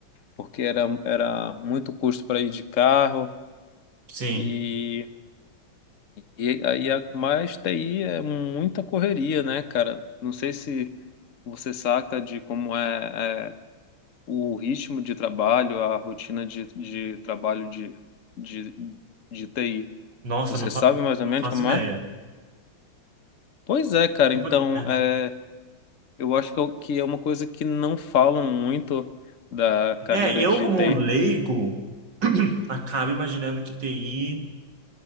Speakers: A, on the left; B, on the right.
A: porque era, era muito custo para ir de carro
B: Sim.
A: e, e aí a mais TI é muita correria, né, cara? Não sei se você saca de como é, é o ritmo de trabalho, a rotina de, de trabalho de, de, de TI.
B: Nossa,
A: Você
B: não fa-
A: sabe mais
B: não
A: ou menos
B: faço
A: como
B: ideia.
A: é? Pois é, cara.
B: Tipo,
A: Então,
B: É,
A: é, eu acho que é o- que é uma coisa que não falam muito da carreira
B: É, eu
A: de
B: como
A: TI.
B: leigo, <clears throat> acabo imaginando que TI,